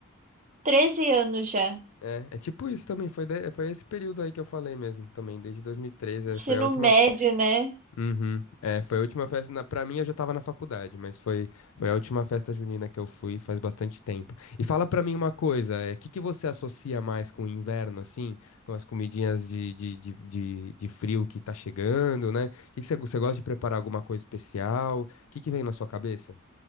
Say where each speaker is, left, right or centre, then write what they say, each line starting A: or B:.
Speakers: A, on the right; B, on the left.
A: 13 anos já.
B: É, é tipo isso também, foi, de- foi esse período aí que eu falei mesmo, também, desde 2013,
A: Ensino
B: é, foi a última
A: médio, né?
B: Uhum. É, foi a última festa, na, pra mim eu já tava na faculdade, mas foi, foi a última festa junina que eu fui faz bastante tempo. E fala pra mim uma coisa, o que que você associa mais com o inverno, assim, com as comidinhas de, de, de, de, de frio que tá chegando, né? Que que você, você gosta de preparar alguma coisa especial? O que que vem na sua cabeça?